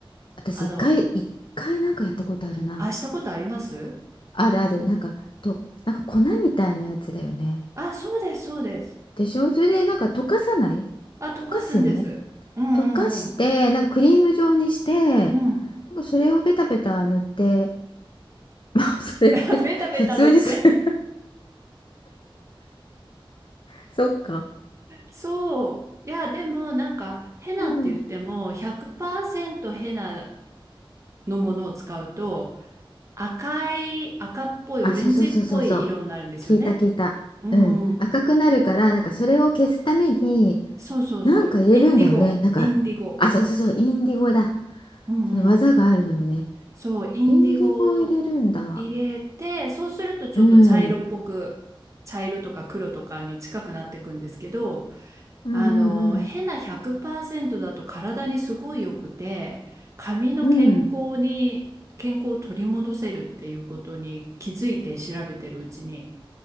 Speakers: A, on the left; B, on the right.
A: 私、
B: あの、
A: 一回、一回なんかやったことあるな。
B: あ、したことあります
A: あるある。なんか、と、なんか粉みたいなやつだよね。
B: あ、そうです、そうです。
A: でしょそれでなんか溶かさない
B: あ、溶かすんです。
A: 溶かすよね。
B: うんうん
A: 溶かして、なんかクリーム状にして、
B: うん。
A: なん
B: うん。
A: かそれをベタベタ塗って、<laughs> まあ、それって普通にする
B: <laughs> ベタベタ塗って。
A: <laughs> そっか。
B: そう。いや、でもなんか、ヘナって言っても、
A: うん。
B: 100%ヘナのものを使うと、赤い、赤っぽい、
A: あ、
B: オレンジっぽい色になるんですよね。
A: そうそうそうそうそう。聞いた聞いた。
B: うんうん。
A: うん。赤くなるから、なんかそれを消すために、
B: そうそうそう。
A: なんか入れるんだよね。
B: インディゴ、
A: なんか、
B: インディゴ。
A: あ、そうそうそう、インディゴだ。
B: うんうん。
A: その技があるのよね。
B: そう、インディゴを入れて、
A: インディゴを入れるんだ。
B: そうするとちょっと茶色っぽく、
A: うん。
B: 茶色とか黒とかに近くなっていくんですけど、
A: うんうん
B: あの、ヘナ100%だと体にすごい良くて、髪の健康に、
A: うん。うん。
B: 健康を取り戻せるっていうことに気づいて調べてるうちに、